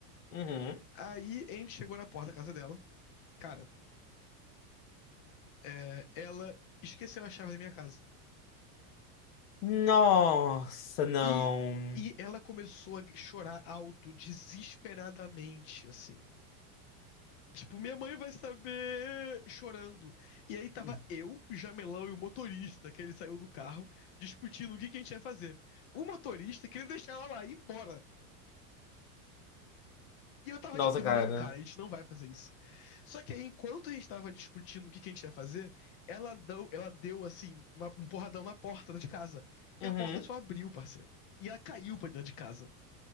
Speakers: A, on the left; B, on the left.
A: Uhum.
B: Aí a gente chegou na porta da casa dela. Cara, é, ela esqueceu a chave da minha casa.
A: Nossa, não.
B: E, e ela começou a chorar alto, desesperadamente, assim. Tipo, minha mãe vai saber chorando. E aí tava
A: <laughs>
B: eu, o Jamelão e o motorista, que ele saiu do carro, discutindo o que, que a gente ia fazer. O motorista queria deixar ela lá, ir embora. E eu tava
A: Nossa,
B: tipo,
A: cara.
B: não, cara, a gente não vai fazer isso. Só que aí, enquanto a gente tava discutindo o que que a gente ia fazer, ela deu, ela deu assim, uma- um porradão na porta de casa.
A: Uhum.
B: E a porta só abriu, parceiro. E ela caiu pra dentro de casa.